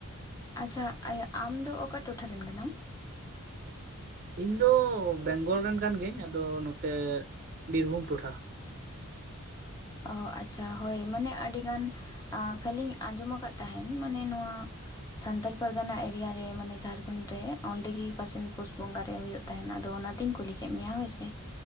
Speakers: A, on the left; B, on the right.
A: ᱟᱪᱪᱷᱟ ᱟᱢ ᱫᱚ ᱚᱠᱟ ᱴᱚᱴᱷᱟ ᱨᱮᱱ ᱠᱟᱱᱟᱢ?
B: ᱤᱧ ᱫᱚ ᱵᱮᱝᱜᱚᱞ ᱨᱮᱱ ᱠᱟᱱ ᱜᱤᱭᱟᱹᱧ ᱟᱫᱚ ᱱᱚᱛᱮ ᱵᱤᱨᱵᱷᱩᱢ ᱴᱚᱴᱷᱟ
A: ᱚ ᱟᱪᱪᱷᱟ ᱦᱳᱭ ᱢᱟᱱᱮ ᱟᱹᱰᱤ ᱜᱟᱱ ᱠᱷᱟᱹᱞᱤᱧ ᱟᱸᱡᱚᱢᱼᱼ ᱠᱟᱜ ᱛᱟᱦᱮᱱ ᱢᱟᱱᱮ ᱱᱚᱣᱟ ᱥᱟᱱᱛᱟᱲ ᱯᱟᱨᱜᱟᱱᱟ ᱮᱨᱤᱭᱟ ᱨᱮ ᱢᱟᱱᱮ ᱡᱷᱟᱲᱠᱷᱚᱸᱰ ᱨᱮ ᱚᱸᱰᱮᱜᱤᱼᱼ ᱚᱠᱟᱥᱮᱱ ᱯᱩᱥ ᱵᱚᱸᱜᱟ ᱨᱮ ᱦᱩᱭᱩᱜ ᱛᱟᱦᱮᱱᱟ ᱟᱫᱚ ᱚᱱᱟᱛᱮᱧ ᱠᱩᱞᱤ ᱠᱮᱫ ᱢᱮᱭᱟ ᱦᱳᱭ ᱥᱮᱼᱼ